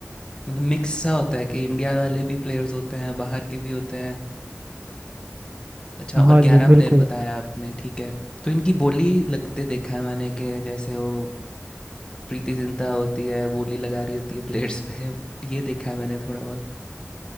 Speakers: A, on the left; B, on the right.
A: मतलब मिक्स सा होता है कि इंडिया वाले भी प्लेयर्स होते हैं बाहर के भी होते हैं अच्छा और
B: हाँ जी
A: ग्यारह
B: बिल्कुल
A: प्लेयर बताया आपने ठीक है तो इनकी बोली लगते देखा है मैंने कि जैसे वो प्रीति जिंटा होती है बोली लगा रही होती है प्लेयर्स पे ये देखा है मैंने थोड़ा बहुत